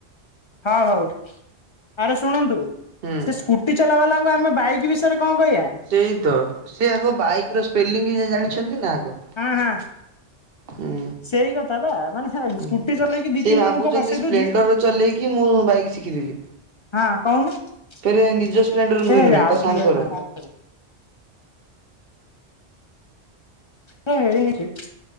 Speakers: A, on the left; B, on the right.
A: ହଉ ହଉ ଆରେ ଶୁଣନ୍ତୁ?
B: ହୁଁ।
A: ସେ ସ୍କୁଟି ଚଲାବାଲାଙ୍କୁ ଆମେ ବାଇକ୍ ବିଷୟରେ କଁ କହିବା।
B: ସେଇତ ସେ ଆଗ ବାଇକର ସ୍ପେଲିଂ ଜାଣିଛନ୍ତିନା ଆଗ?
A: ହଁ ହଁ
B: ହୁଁ
A: ସେଇ କଥାବା। ମାନେ କଁ
B: ହୁଁ।
A: ସ୍କୁଟି ଚଲେଇକି ଦି
B: ସେ
A: ତିନି
B: ଭାବୁଛନ୍ତି
A: ଜଣଙ୍କ କଁ ବସେଇ
B: ସ୍ପ୍ଲେଣ୍ଡର
A: ଦଉଚି
B: ଚଲେଇକି ମୁଁ ବାଇକ୍ ଶିଖିଥିଲି।
A: ହଁ କହୁନୁ
B: ଫେରେ ନିଜ
A: <unintelligible>
B: ସ୍ପ୍ଲେଣ୍ଡର ବି ନୁହେଁ ତା ସାଙ୍ଗର।
A: ହ ହେଇନିକି